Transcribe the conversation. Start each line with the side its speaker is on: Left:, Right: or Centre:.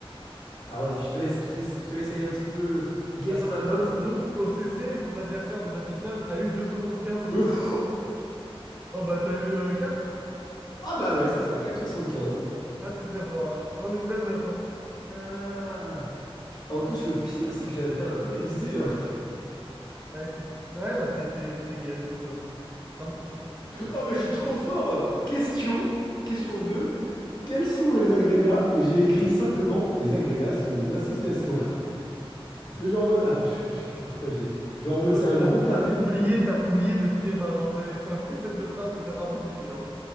Left: Alors vas-y, je te laisse, je te laisse, je te laisse aller un petit peu guess
Right: Attends,
Left: ma note.
Right: donc, donc, au CC, mon adversaire du badminton a eu deux soixante quinze
Left: <laughs>
Right: Oh bah t'as eu euh, quatre
Left: Ah bah ouais, c'est ça, 4,75.
Right: Ah, c'est très fort, hein. Non, c'est une belle note, hein.
Left: Oh là là! En plus, le pire, c'est que j'avais un peu révisé. hein.
Right: Ouais, c'est- ouais, bah t'es t'es- t'es gaze, quoi. Non, mais écoute,
Left: Oh mais je suis trop fort! Question, question 2. Quels sont les agrégats? Et j'ai écrit simplement, les agrégats sont les associations. <laughs> Mais genre en mode, attends, je, je vais te partager. Genre en mode,
Right: toi,
Left: c'est un
Right: t'as
Left: gros pavé
Right: t'as oublié, t'as oublié de finir. Enfin, genre, t'as laissé un preset de phrase que t'as pas rempli, genre.